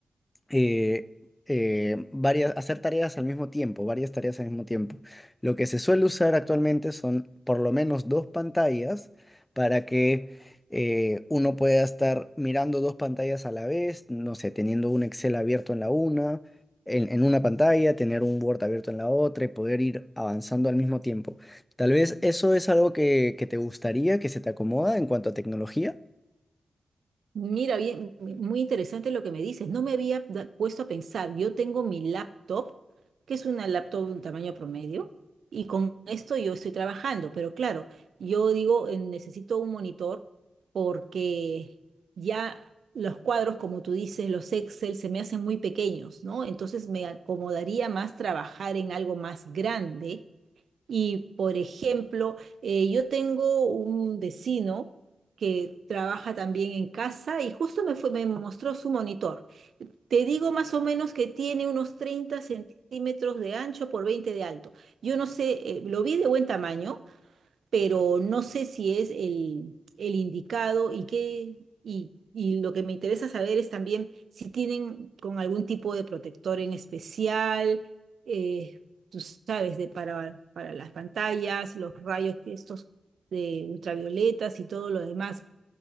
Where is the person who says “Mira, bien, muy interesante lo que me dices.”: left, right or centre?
Right